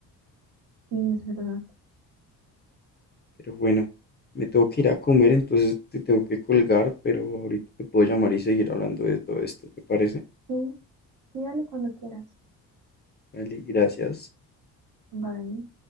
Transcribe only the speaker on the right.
Sí, es verdad.
Sí, sí, dale cuando quieras.
Bye.